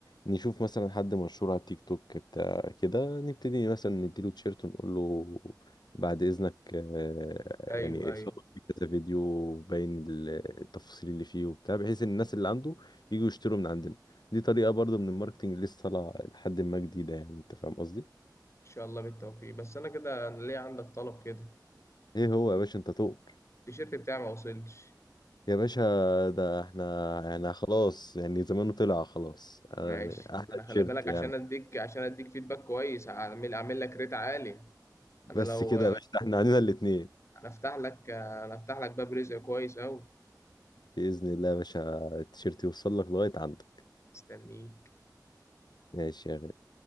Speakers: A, on the left; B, on the left.
A: نشوف مثلا حد مشهور على تيك توك بتاع كده نبتدي مثلا نديله تيشيرت ونقول له بعد إذنك آه،
B: أيوه
A: يعني
B: أيوه
A: صور في كذا فيديو باين ال- التفاصيل اللي فيه وبتاع بحيث إن الناس اللي عنده يجوا يشتروا من عندنا دي طريقة برضه من الماركتينج لسه طالعة لحد ما جديدة يعني أنت فاهم قصدي؟
B: إن شاء الله بالتوفيق بس أنا كده أنا ليه عندك طلب كده
A: إيه هو يا باشا أنت تؤمر
B: التيشيرت بتاعي ما وصلش
A: يا باشا ده احنا يعني خلاص يعني زمانه طلع خلاص آه،
B: ماشي
A: أحلى
B: أنا خلي
A: تيشيرت
B: بالك
A: يعني
B: عشان أديك عشان أديك فيدباك كويس أعمل أعمل لك ريت عالي
A: بس
B: انا لو
A: كده يا باشا ده احنا علينا الاتنين
B: انا افتح لك انا افتح لك باب رزق كويس اوي
A: بإذن الله يا باشا التيشيرت يوصل لك لغاية عندك
B: مستنيه
A: ماشي يا غالي.